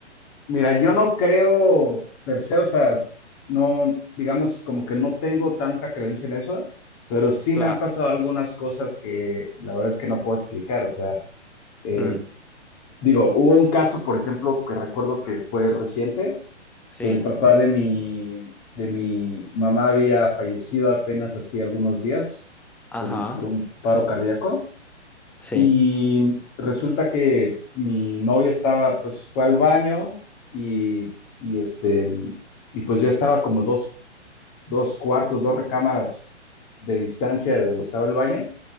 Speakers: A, on the left (about 30°); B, in the centre.
A: Mira, yo no creo per se, o sea, no, digamos, como que no tengo tanta creencia en eso, pero sí
B: Claro.
A: me han pasado algunas cosas que la verdad es que no puedo explicar, o sea, eh,
B: Mm,
A: digo, hubo un caso, por ejemplo, que recuerdo que fue reciente,
B: sí.
A: que el papá de mi, de mi mamá había fallecido apenas hacía algunos días
B: Ajá.
A: con, por un paro cardíaco.
B: Sí.
A: Y resulta que mi novia estaba, pues fue al baño y, y este, y pues yo estaba como dos, dos cuartos, dos recámaras de distancia de donde estaba el baño.